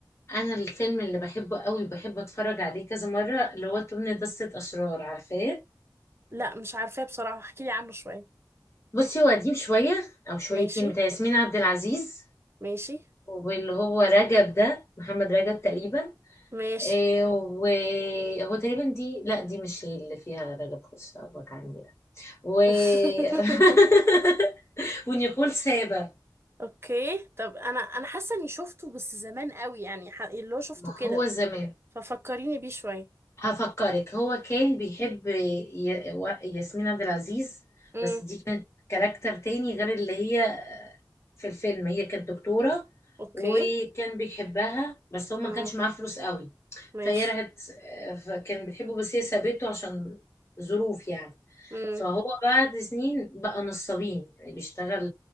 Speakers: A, on the left; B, on the right.
A: انا الفيلم اللي بحبه قوي بحب اتفرج عليه كذا مره اللي هو تمن دستة اشرار عارفاه
B: لا مش عارفاه بصراحة احكيلي عنه شوية
A: بصي هو قديم شويه او شويتين
B: ماشي
A: بتاع ياسمين عبد العزيز
B: ماشي
A: واللي هو رجب ده محمد رجب تقريبا
B: ماشي
A: إيه وهو تقريبا دي لا دي مش اللي فيها رجب خش أبوك عني ده و
B: <laughs>
A: <laughs> ونيكول سابا
B: اوكي طب انا انا حاسه اني شفته بس زمان قوي يعني ح- اللي هو شفته
A: ما
B: كده
A: هو زمان
B: ففكريني بيه شويه
A: هفكرك هو كان بيحب ي- و- ياسمين عبد العزيز
B: امم
A: بس دي كانت كاركتر تاني غير اللي هي في الفيلم هي كانت دكتورة
B: اوكي
A: وكان بيحبها بس هو ما
B: اه
A: كانش معاه فلوس قوي
B: ماشي
A: فهي راحت فكان بيحبه بس هي سابته عشان ظروف يعني
B: امم
A: فهو بعد سنين بقى نصابين بيشتغل